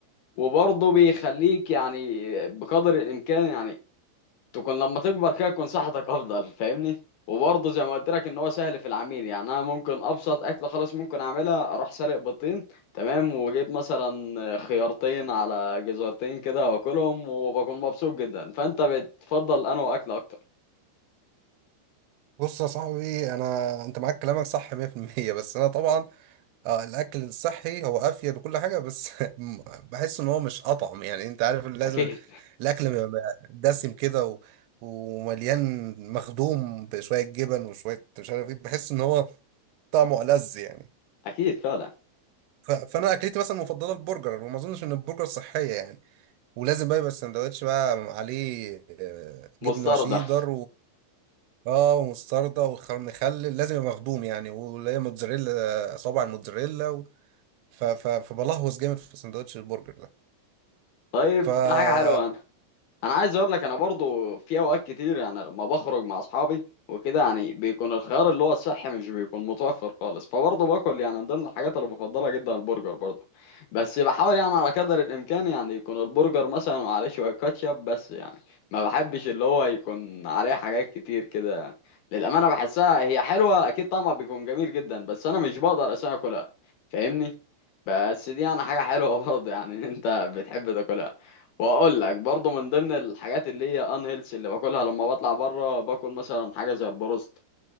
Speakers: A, on the left (about 65°); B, on the right (about 85°).
A: وبرضه بيخليك يعني بقدر الامكان يعني تكون لما تكبر كده تكون صحتك افضل فاهمني وبرضه زي ما قلت لك ان هو سهل في العميل يعني انا ممكن ابسط اكله خلاص ممكن اعملها اروح سالق بيضتين تمام واجيب مثلا خيارتين على جزرتين كده واكلهم وبكون مبسوط جدا فانت بتفضل انه اكل اكتر
B: بص يا صاحبي انا انت معاك كلامك صح 100% بس انا طبعا آه، الاكل الصحي هو افيد وكل حاجه بس <laughs> م- بحس ان هو مش اطعم يعني انت عارف اللي لازم
A: اكيد
B: الاكل بيبقى دسم كده و... ومليان مخدوم بشويه جبن وشويه مش عارف ايه بحس ان هو طعمه ألذ يعني
A: اكيد فعلا
B: ف... فانا اكلتي مثلا المفضله البرجر وما اظنش ان البرجر صحيه يعني ولازم بقى يبقى السندوتش بقى عليه آه،
A: مستردة
B: جبنه شيدر اه ومستردة ومخلل لازم يبقى مخدوم يعني واللي هي موتزاريلا صابع الموتزاريلا و... ف... ف... فبلهوس جامد في سندوتش البرجر ده
A: <laughs> طيب
B: ف
A: ده حاجه حلوه انا عايز اقول لك انا برضو في اوقات كتير يعني لما بخرج مع اصحابي وكده يعني بيكون الخيار اللي هو الصحي مش بيكون متوفر خالص فبرضه باكل يعني من ضمن الحاجات اللي بفضلها جدا البرجر برضه بس بحاول يعني على قدر الامكان يعني يكون البرجر مثلا وعليه شويه كاتشب بس يعني ما بحبش اللي هو يكون عليه حاجات كتير كده يعني للامانه بحسها هي حلوه اكيد طعمها بيكون جميل جدا بس انا مش بقدر اساسا اكلها فاهمني بس دي يعني حاجه حلوه برضه يعني <laughs> انت بتحب تاكلها واقول لك برضه من ضمن الحاجات اللي هي ان هيلث اللي باكلها لما بطلع بره باكل مثلا حاجه زي البروست